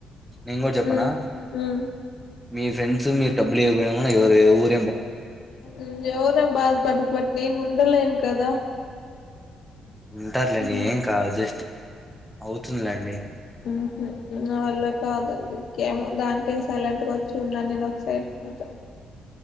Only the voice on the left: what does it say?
ఉ ఉ
అయ్యో నేను బట్ బట్ నేను ఉండలేను కదా
మ్
ఉహ నా వాళ్ళ కాదు అద ఇంకా ఏమో దానికి న్ సైలెంట్గా వచ్చి ఉన్నాను నేను ఒక సైడ్కుా